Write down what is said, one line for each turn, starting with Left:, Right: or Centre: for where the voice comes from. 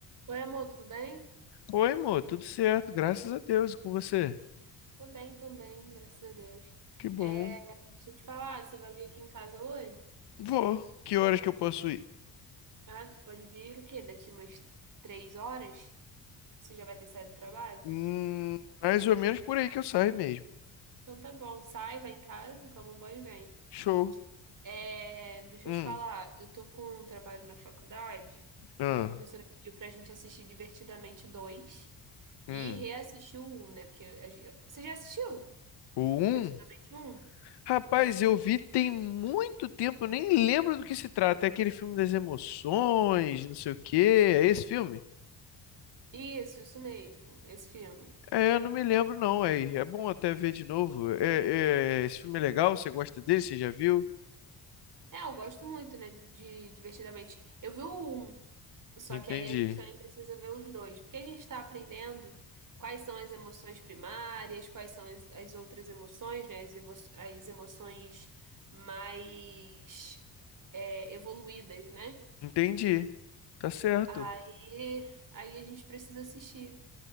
Right: Oi, amor, tudo bem?
Left: Oi, amor, tudo certo, graças a Deus, e com você?
Right: Tô bem também, graças a Deus.
Left: Que bom.
Right: É, deixa eu te falar, você vai vir aqui em casa hoje?
Left: Vou. Que horas que eu posso ir?
Right: Ah, você pode vir o quê? Daqui umas três horas? Você já vai ter saído do trabalho?
Left: Hum, mais ou menos por aí que eu saio mesmo.
Right: Então tá bom, sai, vai em casa, toma um banho e vem.
Left: Show.
Right: É, mas deixa
Left: Hum,
Right: eu te falar, eu tô com um trabalho na faculdade.
Left: ah,
Right: A professora pediu pra gente assistir Divertidamente dois
Left: hum.
Right: e reassistir o 1, né? Porque a gen- você já assistiu
Left: O um?
Right: Divertidamente um?
Left: Rapaz, eu vi tem muito tempo, eu nem lembro do que se trata. É aquele filme das emoções, não sei o quê. É esse filme?
Right: Isso, isso mesmo, esse filme.
Left: É, eu não me lembro não, é, é bom até ver de novo. É, é, esse filme é legal, você gosta dele, você já viu?
Right: É, eu gosto muito, né, de Divertidamente. Eu vi o um, só
Left: Entendi.
Right: que aí a gente também precisa ver os dois, porque a gente está aprendendo quais são as emoções primárias, quais são as, as outras emoções, né, as, evo- as emoções mais é, evoluídas, né?
Left: Entendi. Tá certo.
Right: Aí, aí a gente precisa assistir.